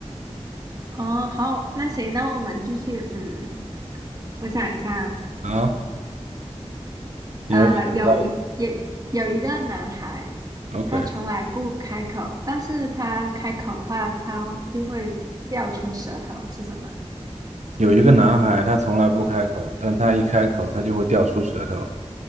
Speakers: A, on the right; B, on the right.
A: <laughs> 哦，好，那行，那我们继续。嗯，我想一下啊，
B: 啊，你还是想到
A: 呃，有一也有一个男孩，
B: OK。
A: 他从来不开口，但是他开口的话，他就会掉出舌头，是什么？
B: 有一个男孩，他从来不开口，但他一开口，他就会掉出舌头。